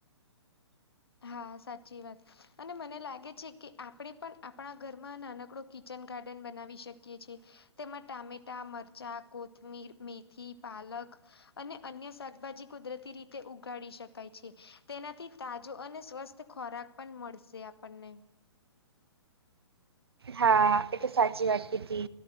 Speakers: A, on the left; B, on the right.
A: હા સાચી વાત અને મને લાગે છે, કે આપણે પણ આપણા ઘરમાં નાનકડો કિચન ગાર્ડન બનાવી શકીએ છે. તેમાં ટામેટા, મરચાં, કોથમીર, મેથી, પાલક અને અન્ય શાકભાજી કુદરતી રીતે ઉગાડી શકાય છે, તેનાથી તા જો અને સ્વસ્થ ખોરાક પણ મળશે આપણને
B: હા એ તો સાચી વાત કીધી.